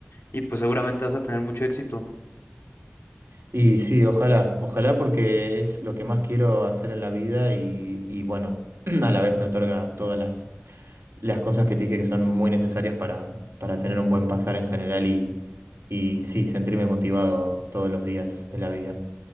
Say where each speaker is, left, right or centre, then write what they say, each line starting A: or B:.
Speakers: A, on the left; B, on the right.
A: y pues seguramente vas a tener mucho éxito.
B: Y sí, ojalá, ojalá porque es lo que más quiero hacer en la vida y, y bueno, <clears throat> a la vez me otorga todas las, las cosas que te dije que son muy necesarias para, para tener un buen pasar en general y, y sí, sentirme motivado todos los días de la vida.